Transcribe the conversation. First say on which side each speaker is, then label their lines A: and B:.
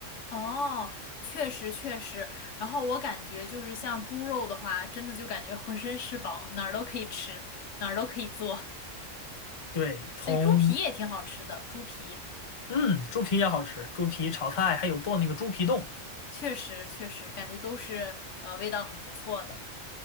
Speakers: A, on the left; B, on the left.
A: 哦，确实确实。然后我感觉就是像猪肉的话，真的就感觉浑身是宝，哪儿都可以吃，哪儿都可以做。
B: 对，从
A: 对，猪皮也挺好吃的，猪皮。
B: 嗯，猪皮也好吃，猪皮炒菜还有做那个猪皮冻。
A: 确实确实，感觉都是呃味道很不错的。